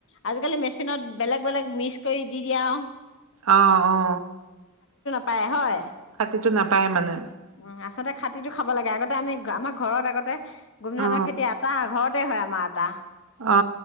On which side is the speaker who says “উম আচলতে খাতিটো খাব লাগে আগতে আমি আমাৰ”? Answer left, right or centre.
Left